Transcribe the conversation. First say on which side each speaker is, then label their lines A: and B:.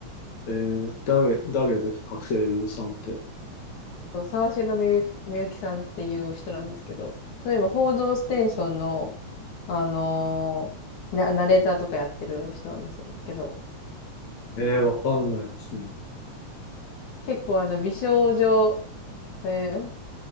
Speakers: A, on the left (about 70°); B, on the left (about 85°).
A: えー誰、誰ですか声優さんって。
B: そう沢城みゆき、みゆきさんっていう人なんですけど、例えば報道ステーションの、あのーなナレーターとかやってる人なんですよ。けど、
A: えー、わかんないですね。
B: 結構あの、美少女、えーん